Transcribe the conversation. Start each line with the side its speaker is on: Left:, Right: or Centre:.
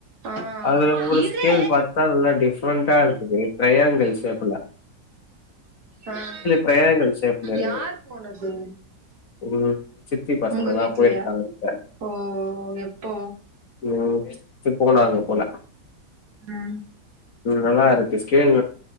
Right: ஆ
Left: அதுல ஒரு
Right: இரு
Left: கீழ் பாத்தா நல்லா டிஃப்ரண்ட்டா இருக்குது ட்ரையங்கல் ஸேப் ள
Right: ஆஹ்
Left: ட்ரையாங்கிள் ஷேப்ல இருக்கு
Right: யார் போனது
Left: ம் சித்தி பசங்கல்லா
Right: உங்க வீட்லையா
Left: போயிருக்காங்க
Right: ஓ எப்போ
Left: ம் நேத்து போனாங்க போல
Right: உம்
Left: நல்லா இருக்கு ஸ்கேல்